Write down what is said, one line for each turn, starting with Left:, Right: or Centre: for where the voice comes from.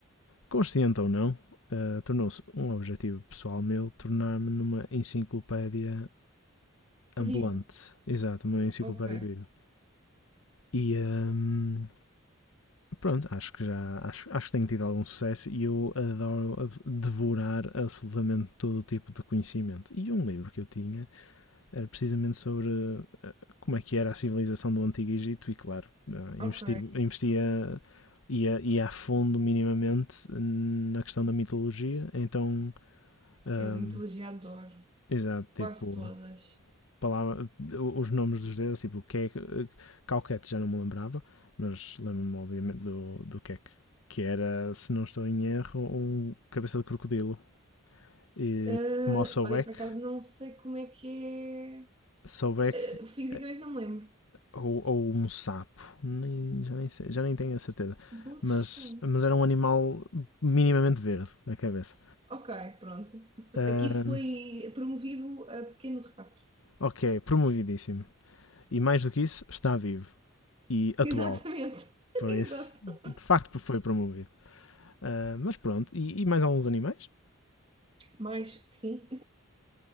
Left: consciente ou não, eh, tornou-se um objetivo pessoal meu tornar-me numa enciclopédia ambulante.
Right: Viva.
Left: Exato, uma enciclopédia
Right: Ok,
Left: viva. E ehm, pronto, acho que já acho, acho que tenho tido algum sucesso e eu adoro ab- devorar absolutamente todo o tipo de conhecimento. E um livro que eu tinha era precisamente sobre como é que era a civilização do Antigo Egito e claro, eh,
Right: ok.
Left: investi, investia ia, ia a fundo minimamente na questão da mitologia, então hum,
Right: Eu mitologia adoro.
Left: Exato, tipo,
Right: Quase todas.
Left: palavra, os nomes dos deuses, tipo, Kek, Calquete já não me lembrava, mas lembro-me obviamente do, do Kek, que era, se não estou em erro, um cabeça de crocodilo. E
Right: Ah,
Left: como o Sobek,
Right: olha, por acaso não sei como é que é.
Left: Sobek
Right: Ah, fisicamente
Left: eh,
Right: não me lembro.
Left: ou, ou um sapo, nem, já, nem sei- já nem tenho a certeza,
Right: Boa
Left: mas,
Right: questão.
Left: mas era um animal minimamente verde a cabeça.
Right: Ok, pronto.
Left: Ahm,
Right: Aqui foi promovido a pequeno rato.
Left: ok, promovidíssimo. E mais do que isso, está vivo e atual.
Right: Exatamente.
Left: Por
Right: <laughs> Exato.
Left: isso, de facto foi promovido. Ah, mas pronto, e, e mais alguns animais?
Right: Mais, sim.